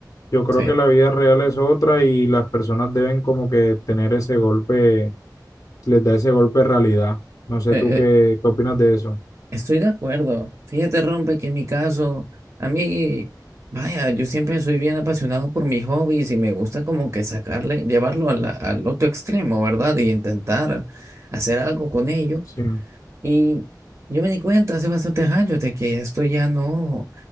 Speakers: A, on the left; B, on the right.
A: Yo creo
B: sí. Eh,
A: que la vida real es otra y las personas deben como que tener ese golpe, les da ese golpe de realidad. No sé
B: eh,
A: tú qué, qué opinas de eso.
B: estoy de acuerdo. Fíjate, Rompe, que en mi caso, a mí, vaya, yo siempre soy bien apasionado por mis hobbies y me gusta como que sacarle, llevarlo a la- al otro extremo, ¿verdad? Y intentar hacer algo con ello.
A: Sí,
B: Y yo me di cuenta hace bastantes años de que esto ya no,